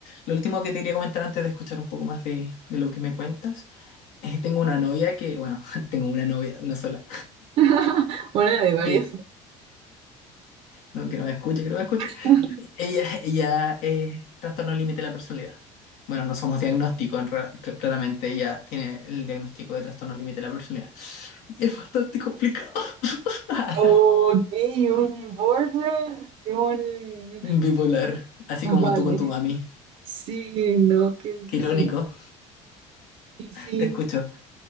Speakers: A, on the left; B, on the right.
A: Lo último que te quería comentar antes de escuchar un poco más de, de lo que me cuentas, es que tengo una novia que, bueno, <laughs> tengo una novia, una sola
B: <laughs> Una de varias.
A: que no, que no me escuche, que no me escuche.
B: <laughs>
A: Ella, ella es trastorno límite de la personalidad. Bueno, no somos diagnóstico, en real- cl- claramente ella tiene el diagnóstico de trastorno límite de la personalidad. Y es bastante complicado. <laughs>
B: Ok, un border y un...
A: Bipolar, así
B: Vale.
A: como tú con tu mami.
B: Sí, no, qué difícil.
A: Qué irónico.
B: Sí, sí.
A: Te escucho.